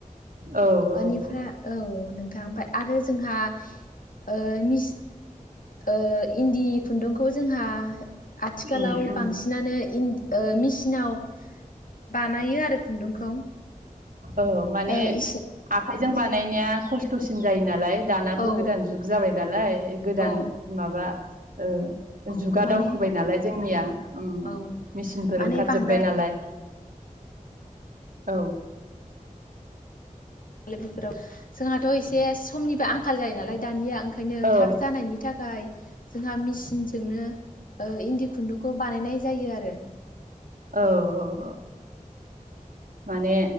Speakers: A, on the right; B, on the left.
A: औ
B: अनिफ्रा
A: औ
B: औ नोंथां ओमफ्राय आरो जोंहा ओ मिस ओ इन्दि खुन्दुंखौ जोंहा आथिखालाव
A: उम उम
B: बांसिनानो इनदि ओ मेसिनाव बानायो आरो खुन्दुंखौ
A: औ माने
B: ओ इसे
A: आखाइजों बानायनाया खस्थसिन जायो नालाय दानाथ'
B: औ
A: गोदान जुग जाबाय नालाय गोदान
B: औ
A: माबा ओ
B: औ
A: जुगा
B: माने
A: दावखोबाय नालाय जोंनिया उम
B: औ
A: मेसिनफोर
B: माने
A: ओंखार
B: बांद्राय
A: जोबबाय नालाय औ
B: लेफिफ्राव जोंहाथ एसे समनिबो आंखाल जायो नालाय दानिया ओंखायनो
A: औ
B: थाब जानायनि थाखाय जोंहा मेसिनजोंनो ओ इन्दि खुन्दुंखौ बानायनाय जायो आरो
A: औ औ औ माने